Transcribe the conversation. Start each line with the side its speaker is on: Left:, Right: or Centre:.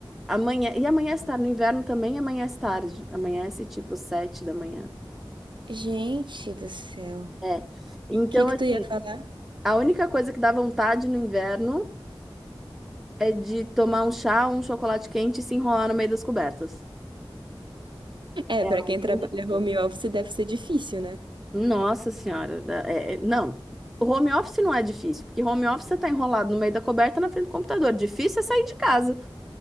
Centre: Amanhã, e amanhece tarde, no inverno também amanhece tarde. Amanhece tipo sete da manhã.
Right: Gente do céu.
Centre: É. Então,
Right: O que que
Centre: assim,
Right: tu ia falar?
Centre: a única coisa que dá vontade no inverno é de tomar um chá, um chocolate quente e se enrolar no meio das cobertas.
Right: É,
Centre: É.
Right: pra
Centre: a
Right: quem trabalha
Centre: única coisa.
Right: home office deve ser difícil, né?
Centre: Nossa senhora, da- é- é- não, o home office não é difícil, porque home office você tá enrolado no meio da coberta na frente do computador. Difícil é sair de casa,